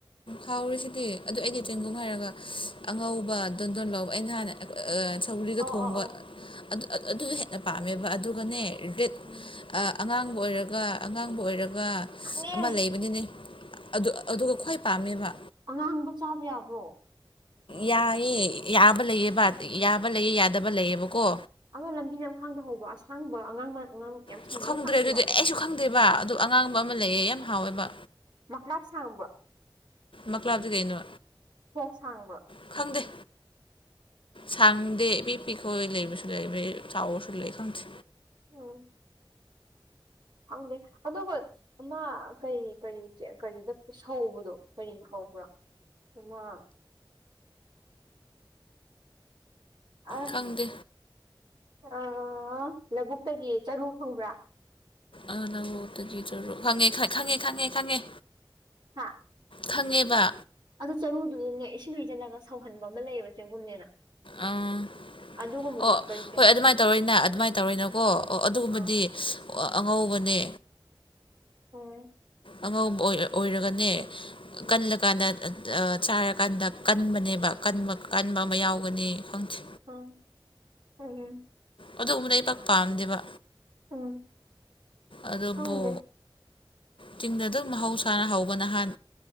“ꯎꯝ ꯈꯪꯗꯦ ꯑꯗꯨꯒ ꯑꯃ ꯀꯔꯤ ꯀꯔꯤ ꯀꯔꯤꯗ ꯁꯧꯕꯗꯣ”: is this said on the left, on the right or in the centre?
Right